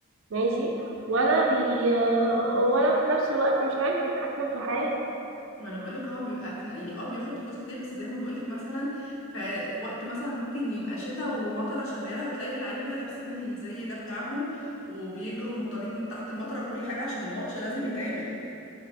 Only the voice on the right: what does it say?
ماشي ولا بي ولا في نفس الوقت مش عارف يتحكم في حياته